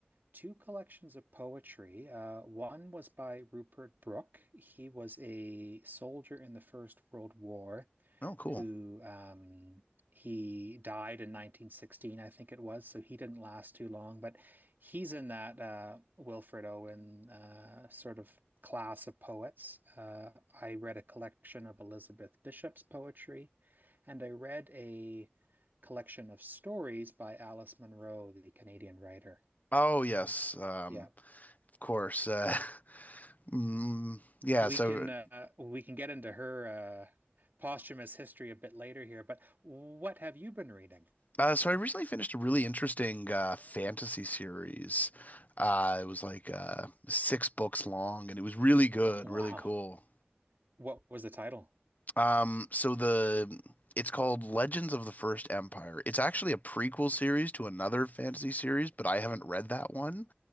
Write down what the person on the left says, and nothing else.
Oh, cool.
Oh, yes.
Um,
of course. Uh, <laughs> mm, yeah,
so
uh, so I recently finished a really interesting uh fantasy series. Uh, it was like uh six books long and it was really good,
really cool.
Um, so the it's called Legends of the First Empire. It's actually a prequel series to another fantasy series, but I haven't read that one.